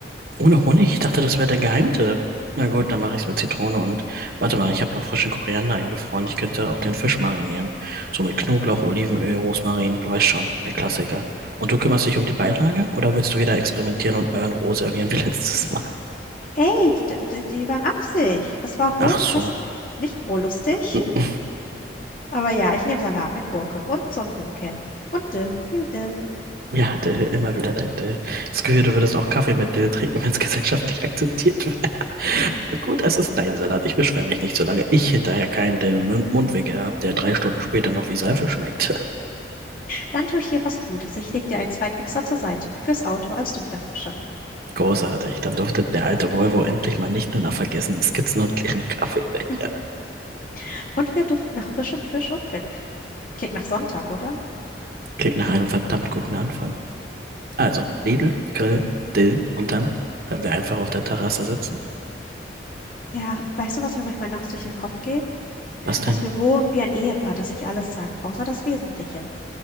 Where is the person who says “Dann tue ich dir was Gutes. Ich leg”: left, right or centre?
Left